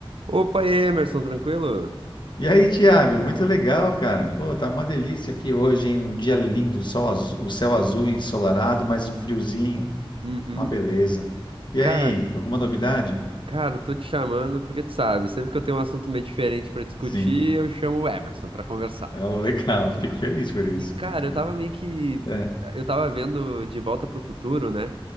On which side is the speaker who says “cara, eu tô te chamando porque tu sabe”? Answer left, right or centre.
Right